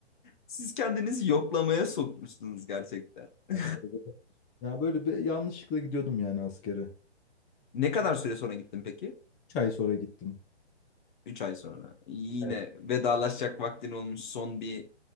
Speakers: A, on the left; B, on the left.
A: Siz kendinizi yoklamaya sokmuşsunuz gerçekten. <laughs>
B: Yani böyle- Ya böyle bir yanlışlıkla gidiyordum yani askere.
A: Ne kadar süre sonra gittin peki?
B: Üç ay sonra gittim.
A: üç ay sonra. Yine
B: Evet.
A: vedalaşacak vaktin olmuş. Son bir